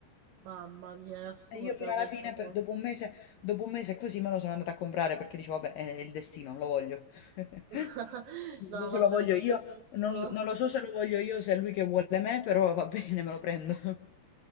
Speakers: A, on the right (about 75°); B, on the left (about 75°).
A: Mamma mia,
B: Sì.
A: è assurda
B: E io fino alla
A: questa
B: fine,
A: cosa.
B: per- dopo un mese, dopo un mese così me lo sono andata a comprare perché dicevo, vabbè, è il destino, lo voglio. <laughs>
A: <laughs>
B: Non
A: No,
B: so se
A: vabbè,
B: lo voglio
A: ti
B: io,
A: capisco.
B: non, lo non lo so se lo voglio io, se è lui che vuole me, però va bene, me lo prendo. <laughs>